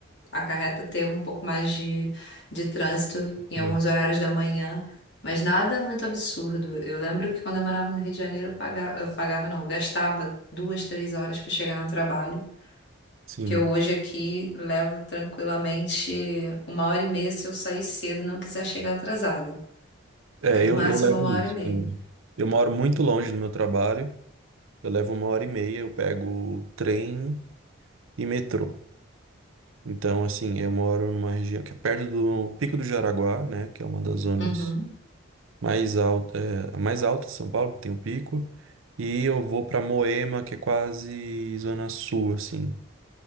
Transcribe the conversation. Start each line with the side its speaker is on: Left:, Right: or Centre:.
Left: acarreta ter um pouco mais de, de trânsito em
Right: Hum,
Left: alguns horários da manhã, mas nada muito absurdo. Eu lembro que quando eu morava no Rio de Janeiro, eu pagava, eu pagava não, eu gastava duas, três horas para chegar no trabalho.
Right: Sim.
Left: Que eu hoje aqui levo tranquilamente uma hora e meia se eu sair cedo e não quiser chegar atrasada.
Right: É,
Left: É no
Right: eu,
Left: máximo
Right: eu levo
Left: uma hora
Right: isso
Left: e meia.
Right: também. Eu moro muito longe do meu trabalho, eu levo uma hora e meia, eu pego trem e metrô. Então, assim, eu moro numa região que é perto do Pico do Jaraguá, né, que é uma das zonas
Left: Uhum,
Right: mais alta, é, a mais alta de São Paulo, que tem o pico, e eu vou para Moema, que é quase zona sul, assim.